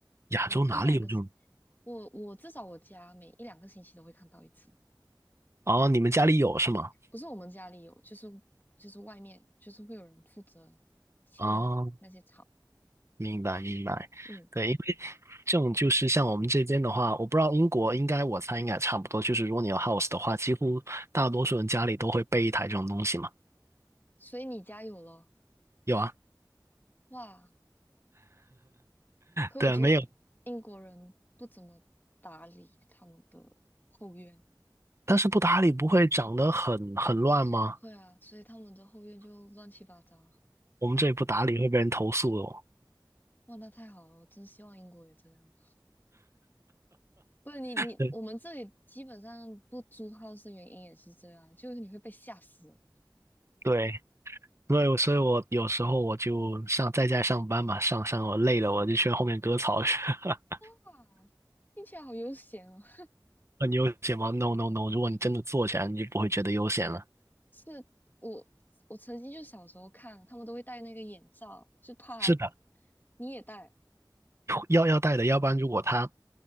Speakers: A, on the right; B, on the left.
A: 亚洲哪里有这种？
B: 每一两个，我我至少我家每一两个星期都会看到一次，
A: 哦，你们家里有是吗？
B: 不是我们家里有，就是就是外面就是会有人负责清理那些草，
A: 哦，明白明白，
B: 嗯，
A: 对，因为这种就是像我们这边的话，我不知道英国，应该我猜应该也差不多，就是如果你有 house 的话，几乎大多数人家里都会备一台这种东西嘛。
B: 所以你家有了，
A: 有啊，
B: 哇，可我觉得英国人不怎么打理他们的后院，
A: 对，没有，但是不打理不会长得很很乱吗？
B: 会啊，所以他们的后院就乱七八糟。
A: 我们这里不打理会被人投诉的哦。
B: 哇，那太好了，我真希望英国也这样。不然你你我们这里基本上不租
A: 对
B: house 的原因也是这样，就是你会被吓死。
A: 对，所以我所以我有时候我就上在家上班嘛，上上我累了我就去后面割草去，<laughs>
B: 啊，听起来好悠闲哦。<laughs>
A: 很悠闲吗？No No No，如果你真的做起来，你就不会觉得悠闲了。
B: 是我我曾经就小时候看，他们都会戴那个眼罩，就怕
A: 是的。
B: 你也戴。
A: 要要带的，要不然如果它